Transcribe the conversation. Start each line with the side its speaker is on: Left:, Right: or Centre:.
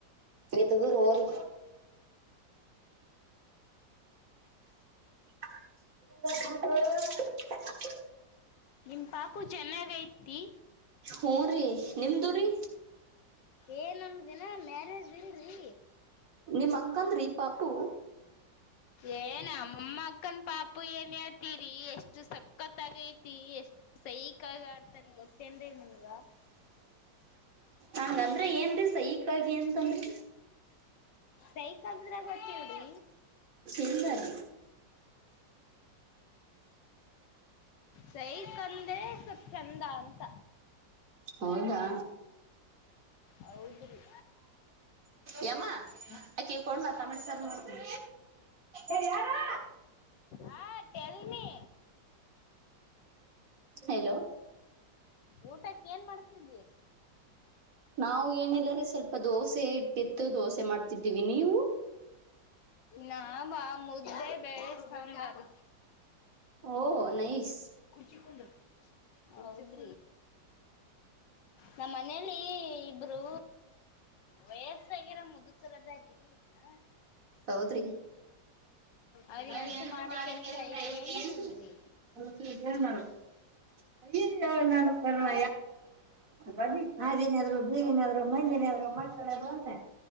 Right: ರಿ ತಗೋರಿ ಹೋರಿ. <unintelligible>
Left: ನಿಮ್ಮ ಪಾಪು ಚೆನ್ನಾಗೈತಿ.
Right: ಹೂ ರೀ ನಿಮ್ದು ರೀ.
Left: ಏ ನಮ್ಮದಿನ ಮ್ಯಾರೇಜ್ ಇಲ್ರಿ.
Right: ನಿಮ್ಮ್ ಅಕ್ಕಂದ್ರಿ ಪಾಪು.
Left: ಏ ನಮ್ಮ ಅಕ್ಕನ್ ಪಾಪು ಏನ್ಹೇಳ್ ಇತರಿ ಎಷ್ಟು ಸಕ್ಕತ್ತಾಗ ಐತಿ ಎಷ್ಟ ಸೈಕಾಗ ಆಡ್ತನ್ ಗೊತ್ತೇನ್ರಿ ನಿಮಗ.
Right: ಹಂಗಂದ್ರ ಏನ್ರೀ ಸೈಕಾಗಿ ಅಂತಂದ್ರಿ.
Left: ಸೈಕ್ಂದ್ರ ಗೊತ್ತಿಲ್ರಿ.
Right: ಇಲ್ಲಾರಿ.
Left: ಸೈಕಂದ್ರೆ ಸ್ವಲ್ಪ ಚಂದ ಅಂತ.
Right: ಹೌದಾ.
Left: ಹೌದ್ರಿ.
Right: ಯಮ್ಮ ಅಕಿ ಕೊಂಡ ನ ತಮ್ಮಟಿ ಸಾರ ಮಾಡ್ತನ ಎ ಯಾರೋ.
Left: ಹಾ ಟೆಲ್ ಮೀ.
Right: ಹೆಲೋ.
Left: ಊಟಕ್ಕೆನ್ ಮಾಡ್ತಿದ್ದಿ.
Right: ನಾವು ಏನಿಲ್ಲರಿ ಸ್ವಲ್ಪ ದೋಸೆ ಇಟ್ಟಿತ್ತು ದೋಸೆ ಮಾಡ್ತಿದ್ದೀವಿ ನೀವು.
Left: ನಾವಾ ಮುದ್ದೆ ಬೆಳೆ ಸಾಂಬಾರ್.
Right: ಓ ನೈಸ್
Left: ಕುರ್ಚಿ ಕುಂದ್ರ ಹೌದ್ ನಮ್ಮ ಮನೆಯಲ್ಲಿ ಇಬ್ಬರೂ. ವಯಸ್ಸಾಗಿರೋ ಮುದುಕರದಾರೀ. <unintelligible>
Right: ಹೌದ್ರಿ.
Left: ಅವ್ರಿ
Right: ಐ
Left: ಅಂತ
Right: ಎಂತ
Left: ಮಾಡ
Right: ಮಾಡಕ್ ಕೆಲ್ಸ
Left: ಐತೆ
Right: ಐತೇನ್ರೀ
Left: ಏನ್ ಇಲ್ರಿ
Right: ಹೌದರಿ ಇದೇನ್ <unintelligible> ಅಯ್ಯಯ್ಯ ನನ್ನ ಕರ್ಮ <unintelligible> ಹಾದಿ ನೆದರು ಬೀದಿ ನೆದರು ಮಂದಿ ನೆದರು <unintelligible>